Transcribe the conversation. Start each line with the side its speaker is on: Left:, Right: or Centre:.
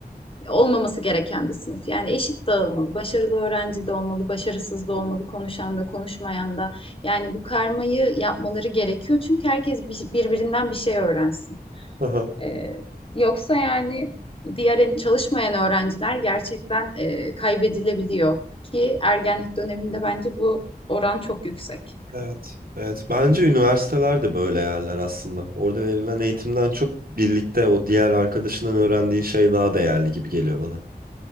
Left: olmaması gereken bir sınıf. Yani eşit dağılmalı. Başarılı öğrenci de olmalı, başarısız da olmalı, konuşan da, konuşmayan da. Yani bu karmayı yapmaları gerekiyor. Çünkü herkes bir- birbirinden bir şey öğrensin.
Right: Aha,
Left: Ee, yoksa yani diğer en- çalışmayan öğrenciler gerçekten e, kaybedilebiliyor ki ergenlik döneminde bence bu oran çok yüksek.
Right: evet. Evet. Bence üniversiteler de böyle yerler aslında. Orada verilen eğitimden çok birlikte o diğer arkadaşından öğrendiğin şey daha değerli gibi geliyor bana.